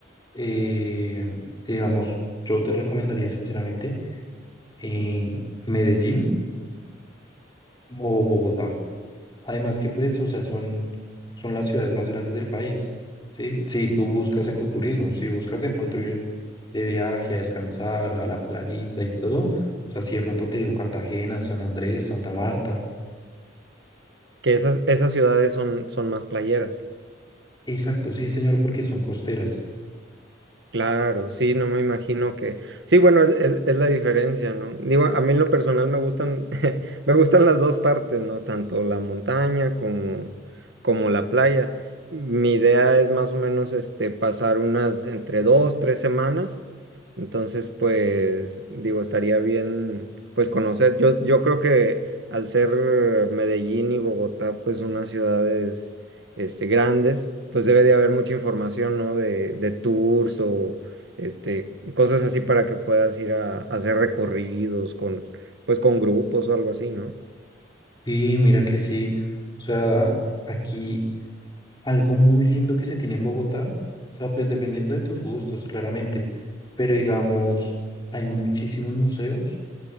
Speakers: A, on the left; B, on the right.
A: eh, digamos, yo te recomendaría sinceramente eh, Medellín o Bogotá. Además que pues, o sea, son, son las ciudades más grandes del país, ¿sí? Si tú buscas ecoturismo, si buscas de pronto ir de viaje a descansar a la playita y todo, o sea, si de pronto te digo Cartagena, San Andrés, Santa Marta.
B: que esas, esas ciudades son, son más playeras.
A: Exacto, sí, señor, porque son costeras.
B: Claro, sí, no me imagino que. Sí, bueno, es, es- es la diferencia, ¿no? Digo, a mí en lo personal me gustan, <laughs> me gustan las dos partes, ¿no? Tanto la montaña como, como la playa. Mi idea es más o menos este, pasar unas entre dos, tres semanas. Entonces, pues, digo, estaría bien, pues, conocer. Yo, yo creo que al ser Medellín y Bogotá, pues, unas ciudades este, grandes, pues debe de haber mucha información, ¿no? De, de tours o este, cosas así para que puedas ir a, a hacer recorridos con, pues con grupos o algo así, ¿no?
A: Y mira que sí, o sea, aquí algo muy lindo que se tiene en Bogotá, o sea, pues dependiendo de tus gustos, claramente, pero digamos, hay muchísimos museos